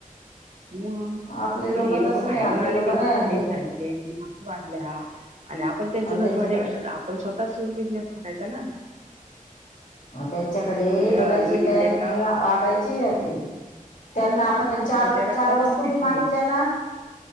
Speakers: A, on the right; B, on the left.
A: म
B: आपले
A: म हे लोक
B: तसं
A: बाहेरून
B: नाही आपले
A: आलेले
B: लोक नाही
A: इथ स्थाईक
B: घेतो
A: झालेले <unintelligible> वाढल्या अणि आपण त्यांचं
B: अहो
A: घर
B: त्यांच्याकडे
A: भरण्यापेक्षा त आपण स्वतःच बिझनेस करायचा ना
B: त्यांच्याकडे
A: मग आमच्या
B: बोलायची
A: गल्लीतल्या
B: टॅट
A: एका
B: आणि वागायची <unintelligible> त्यांना
A: हा
B: आपण चार
A: त्याच्या रक्तातच
B: चार वस्तू
A: नाही
B: बी मागितल्या ना